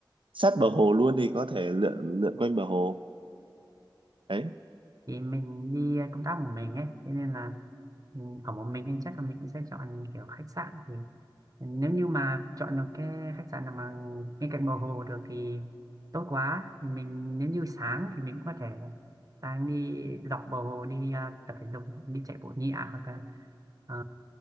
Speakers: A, on the right (about 80°); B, on the right (about 45°).
A: sát bờ hồ luôn thì có thể lượn lượn quanh bờ hồ đấy
B: Thì mình đi công tác một mình ấy, thế nên là ừ, ở một mình nên chắc là mình cũng sẽ chọn kiểu khách sạn thì nếu như mà chọn được cái khách sạn nào mà bên cạnh bờ hồ được thì tốt quá thì mình nếu như sáng thì mình cũng có thể sáng đi dọc bờ hồ đi à, tập thể dục đi chạy bộ nhẹ hoặc là ờ,